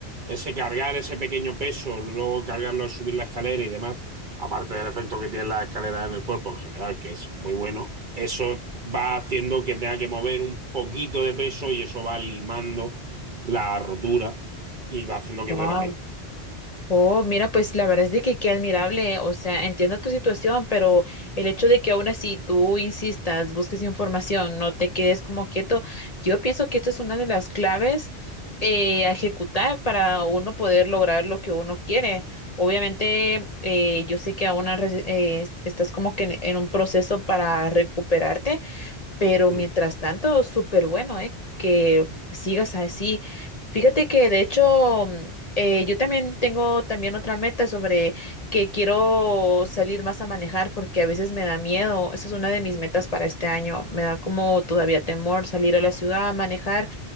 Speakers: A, on the right; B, on the left.
A: ese cargar ese pequeño peso, luego cargarlo al subir la escalera y demás, aparte del efecto que tiene la escalera en el cuerpo en general, que es muy bueno, eso va haciendo que tenga que mover un poquito de peso y eso va limando la rotura y va haciendo que
B: wow.
A: duela menos.
B: Oh, mira, pues la verdad es de que qué admirable, o sea, entiendo tu situación, pero el hecho de que aún así tú insistas, busques información, no te quedes como quieto, yo pienso que esta es una de las claves eh, a ejecutar para uno poder lograr lo que uno quiere. Obviamente, eh, yo sé que aún has re- eh, estás como que en en un proceso para recuperarte, pero
A: Mm.
B: mientras tanto, súper bueno, ¿eh? Que sigas así. Fíjate que de hecho, mm, eh, yo también tengo también otra meta sobre que quiero salir más a manejar porque a veces me da miedo. Esa es una de mis metas para este año. Me da como todavía temor salir a la ciudad a manejar